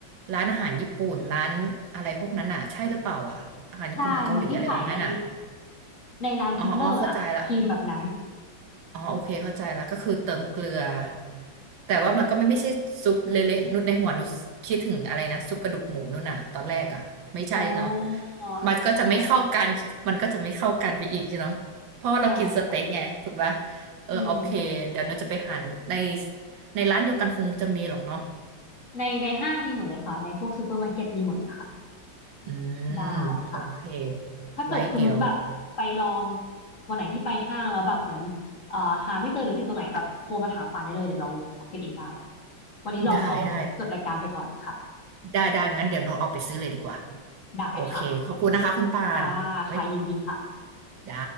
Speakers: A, on the right; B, on the left.
A: ร้านอาหารญี่ปุ่นร้านอะไรพวกนั้นอ่ะใช่หรือเปล่าอ่ะอาหารญี่ปุ่นอาหารเกาหลีอะไรแบบนั้นอ่ะ
B: ใช่เหมือนที่ขายในในร้านฟิตเลอร์อะครีมแบบนั้น
A: อ๋ออ๋อเข้าใจละ อ๋อโอเคเข้าใจแล้วก็คือเติมเกลือแต่ว่ามันก็ไม่ไม่ใช่ซุปเละๆนุชในหัวนุชคิดถึงอะไรนะซุปกระดูกหมูนู่นน่ะตอนแรกอ่ะไม่ใช่เนาะ
B: อ๋อ
A: มันก็จะไม่เข้ากันมันก็จะไม่เข้ากันไปอีกใช่เนาะเพราะว่าเรากินสเต็กไงถูกปะ
B: ไม่ใช่ใช่ค่ะ
A: เออโอเคเดี๋ยวนุชจะไปหาดูใน
B: อืม
A: ในร้านเดียวกันคงจะมีหรอกเนาะ
B: ในในห้างมีหมดเลยค่ะในพวกซูเปอร์มาร์เก็ตมีหมดเลยค่ะ
A: อืมโอเค
B: ได้ค่ะ ถ้าเกิดคุณนุชแบบไปลอง
A: ไว้เดี๋ยว
B: วันไหนที่ไปห้างแล้วแบบเหมือนเอ่อหาไม่เจอหรือติดตัวไหนแบบโทรมาถามปานได้เลยเดี๋ยวเราเก็บเองได้ วันนี้ลองลองจดรายการไปก่อนค่ะ
A: ได้ได้ได้ได้งั้นเดี๋ยวโนตออกไปซื้อเลยดีกว่า
B: ได้ค่ะ
A: โอเคขอบคุณนะคะคุณปานไว้
B: ค่ะค่ะยินดีค่ะ
A: ได้